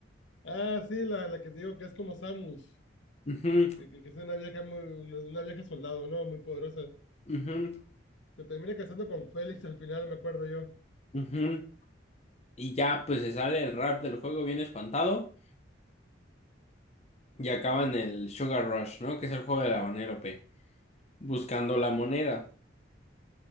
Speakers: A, on the left; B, on the left.
A: Ah, sí, la, la que te digo que es como Samus,
B: Ujú,
A: que, que- que es una vieja muy, una, una vieja soldado, ¿no? Muy poderosa.
B: ujú,
A: Se termina casando con Félix al final, me acuerdo yo.
B: ujú. Y ya pues se sale el rap del juego bien espantado y acaba en el Sugar Rush, ¿no? Que es el juego del habanero, pe. Buscando la moneda,